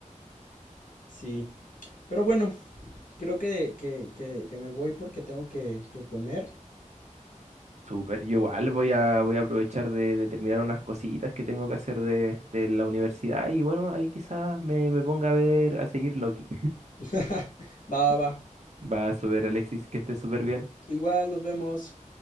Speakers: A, on the left; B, on the right.
A: Sí. Pero bueno, creo que, que, que, que me voy porque tengo que, que comer.
B: Súper, yo igual voy a, voy a aprovechar de, de terminar unas cositas que tengo que hacer de, de la universidad y bueno, ahí quizás me, me ponga a ver, a seguir Loki.
A: <laughs> Va, va, va.
B: Va a subir Alexis, que esté súper bien.
A: Igual nos vemos.